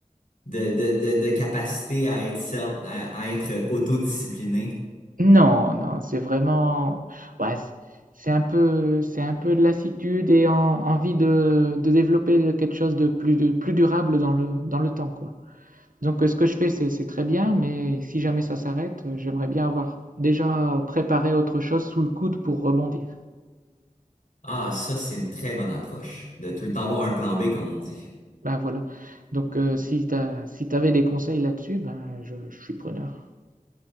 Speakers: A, on the left (about 75°); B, on the right (about 80°).
A: de, de, de, de capacité à être self- à, à être autodiscipliné?
B: Non, non, c'est vraiment, ouais, c'est c'est un peu, c'est un peu de lassitude et en- envie de, de développer quelque chose de plus, de plus durable dans le, dans le temps, quoi. Donc, euh, ce que je fais, c'est, c'est très bien, mais si jamais ça s'arrête, euh, j'aimerais bien avoir déjà préparé autre chose sous le coude pour rebondir.
A: Ah, ça, c'est une très bonne approche. De tout le temps avoir un plan B, comme on dit.
B: Ben voilà. Donc, euh, si t'as, si t'avais des conseils là-dessus, ben je, je suis preneur.